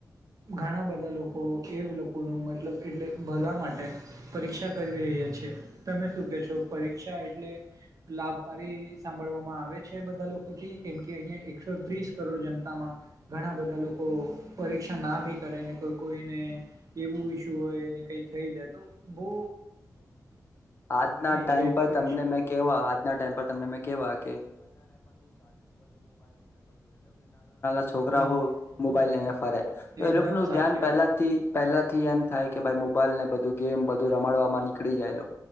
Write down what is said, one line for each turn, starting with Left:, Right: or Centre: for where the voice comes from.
Right: ઘણા બધા લોકો એ લોકોનું મતલબ એટલે ભલા માટે પરીક્ષા કરી રહ્યા છે. તમે શું કહે છો! પરીક્ષા એટલે લાભકારી સાંભળવા આવે છે બધા લોકોથી કેમ કે અહીયાં એકસો ત્રીસ કરોડ જનતામાં ઘણા બધા લોકો પરીક્ષા ના ભી કરે કોઈને એવું ઈસ્યુ હોયને કઈ થઈ જાય તો બઉ
Left: આજના ટાઈમ
Right: છે
Left: પર
Right: પરીક્ષા
Left: તમને મે કેવા આજના ટાઈમ પર તમને મેં કેવા કે <inaudible> છોકરા
Right: હમ
Left: મોબાઈલ
Right: હમ
Left: લઈને ફરે તો
Right: એકદમ
Left: એ લોકો નું
Right: સાચી
Left: ધ્યાન પલાથી
Right: વાત
Left: પહેલાથી એમ થાય કે ભાઈ મોબાઈલ ને દુકે એમ બધું રમાડવા માં નીકળી જાયે લો